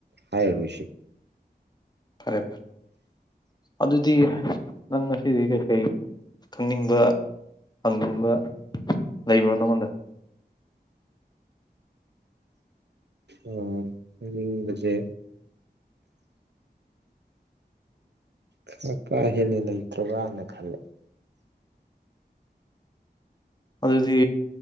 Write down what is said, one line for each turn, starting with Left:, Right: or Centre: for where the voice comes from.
Right: ꯍꯥꯏꯔꯔꯣꯏꯁꯤ
Left: ꯐꯔꯦ ꯐꯔꯦ ꯑꯗꯨꯗꯤ ꯅꯪ ꯉꯁꯤꯗꯤ ꯀꯩꯀꯩ ꯈꯪꯅꯤꯡꯕ ꯍꯪꯅꯤꯡꯕ ꯂꯩꯕ꯭ꯔꯥ ꯅꯪꯉꯣꯟꯗ
Right: ꯑ ꯍꯥꯏꯅꯤꯡꯕꯁꯦ ꯈꯔ ꯀꯥ ꯍꯦꯟꯅ ꯂꯩꯇ꯭ꯔꯕ꯭ꯔꯅ ꯈꯜꯂꯦ
Left: ꯑꯗꯨꯗꯤ